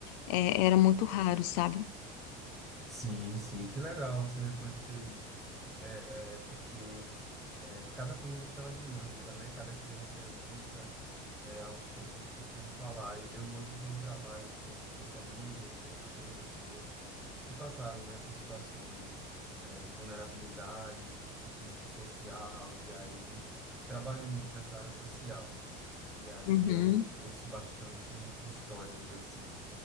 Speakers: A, on the left; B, in the centre.
A: É, era muito raro, sabe?
B: sim, sim. Que legal você reconhecer isso. É, porque É, cada família tem uma dinâmica, né? Cada criança é única. É algo que eu sempre costumo falar. Eu, eu hoje tenho um trabalho com, com famílias, com atendo pessoas que passaram, né, por situações, es- é, de vulnerabilidade, risco social, e aí trabalho muito nessa área social. E aí
A: Uhum.
B: eu ouço bastante histórias, assim.